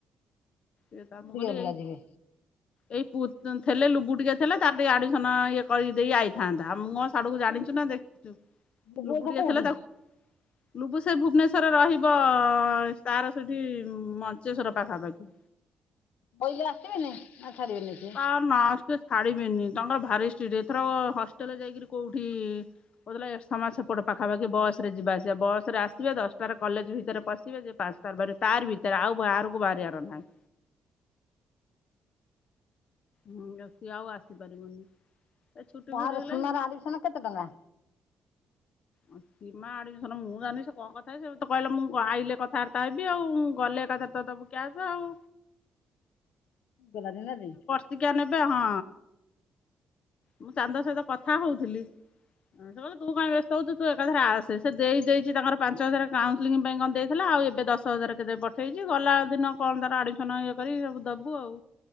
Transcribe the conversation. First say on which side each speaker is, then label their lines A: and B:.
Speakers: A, on the left; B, on the left.
A: ଏଇ ଛୁଟି
B: ଦି
A: ବୋଲି
B: ଅଲଗା ଯିବେ
A: ଏଇ ଥିଲେ ଲୁବୁ ଟିକେ ଥିଲେ ତାର ଟିକେ ଆଡମିସନ ଇଏ କରିଦେଇ ଆଇଥିଲେ। ଥାନ୍ତା ମୁଁ କଣ ସିଆଡକୁ
B: ବୁବୁ
A: ଜାଣିଛୁ ନା ଦେଖିଛୁ
B: ବୁବୁ
A: ଲୁବୁ
B: ଏଇନା
A: ଟିକେ
B: କୋଉଠି
A: ଥିଲା ତାକୁ ଲୁବୁ ସେ ଭୁବନେଶ୍ଵରରେ ରହିବ ତାର ସେଠି ମଞ୍ଚେଶ୍ଵର ପାଖାପାଖି
B: କଇିଲେ ଆସିବେନି ନା ଛାଡିବେନି ସେ
A: ଆ ନା ସେ ଛାଡିବେନି ତାଙ୍କର ଭାରି ଷ୍ଟିଟ ଏଥରକ ହଷ୍ଟେଲରେ ଯାଇକିରି କୋଉଠି କହୁଥିଲା ଏରସମା ସେପଟ ପାଖାପାଖି ବସରେ ଯିବା ଆସିବା ବସରେ ଆସିବେ ଦଶଟାରେ କଲେଜ ଭିତରେ ପଶିବେ ପାଞ୍ଚ ଟାରେ ବାହାରିବେ ତାରି ଭିତରେ ଆଉ ବାହାରକୁ ବାହାରିବାର ନାହିଁ। ହୁଁ ସିଏ ଆଉ ଆସିପାରିବନି ଏ ଛୁଟି
B: ବାହାର
A: ଫୁଟି ହେଲେ
B: ସୀମାର ଆଡମିସନ କେତେ ଟଙ୍କା
A: ଅ ମା ଆଡମିସନ ମୁଁ ଜାଣିନି ସେ କଣ କଥାହେ ସେ ତ କହିଲେ ମୁଁ ଆଇଲେ କଥାବାର୍ତ୍ତା ହେବି ଆଉ ଗଲେ ଏକାଥରେ ତ ଦବୁ କ୍ୟାସ ଆଉ।
B: ବଲା ଦିନନ୍ତି
A: ଟିକା ନେବେ ହଁ ମୁଁ ଚାନ୍ଦ ସହିତ କଥା ହଉଥିଲି ସେ କହିଲା ତୁ କାହିଁକି ବ୍ୟସ୍ତ ସ୍ତ ହଉତୁ ତୁ ଏକାଥରେ ଆସେ ସେ ଦେଇ ଦେଇଛି ତାଙ୍କର ପାଞ୍ଚ ହଜାର କାଉନସିଲଲିଂ ପାଇଁ କଣ ଦେଇଥିଲା ଆଉ ଏବେ ଦଶ ହଜାର କେତ ପ ଠେଇଛି ଗଲା ଦିନ କଣ ତାର ଆଡ଼ମିସନ ଇଏ କରିକି ସବୁ ଦବୁ ଆଉ